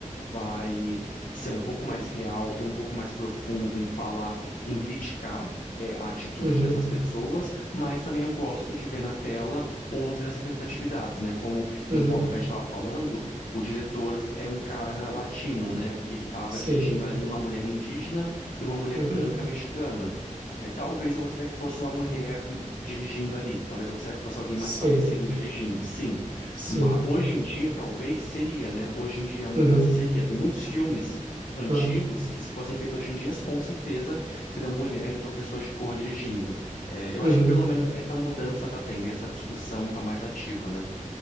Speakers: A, on the left (about 80°); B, on the right (about 75°).
A: vai ser um pouco mais real e um pouco mais profundo em falar, em criticar, é, a atitude
B: Uhum,
A: dessas pessoas, mas também eu gosto de ver na tela outras representatividades, né? Como
B: uhum,
A: em Roma que a gente estava falando, o diretor é um cara latino, né? E ele estava
B: sim.
A: dirigindo ali uma mulher indígena e uma mulher
B: uhum.
A: branca mexicana. É, talvez eu gostaria que fosse uma mulher dirigindo ali. Talvez eu gostaria que fosse alguém
B: Sim,
A: mais parecido dirigindo, sim.
B: sim.
A: Mas hoje em dia, talvez, seria, né? Hoje em dia a mudança
B: Uhum,
A: seria. Tem muitos filmes antigos
B: claro.
A: que, se fossem feitos hoje em dia, com certeza seriam mulheres ou pessoas de cor dirigindo. É, eu
B: Uhum,
A: acho que pelo menos essa mudança tá tendo, e essa discussão tá mais ativa, né?